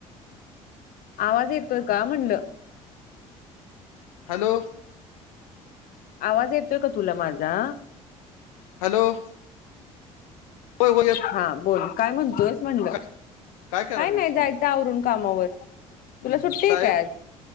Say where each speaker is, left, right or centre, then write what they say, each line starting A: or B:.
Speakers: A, on the left; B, on the left.
A: आवाज येतोय का म्हणलं?
B: हॅलो!
A: आवाज येतोय का तुला माझा?
B: हॅलो.... होय होय येत
A: हा बोल काय म्हणतोस म्हणलं...
B: का- कराय
A: काय
B: लागलेस
A: नाही जायचं
B: म्हणलं
A: आवरून कामावर तुला
B: हम्म,
A: सुट्टी
B: हम्म.
A: आहे
B: साहेब
A: का आज?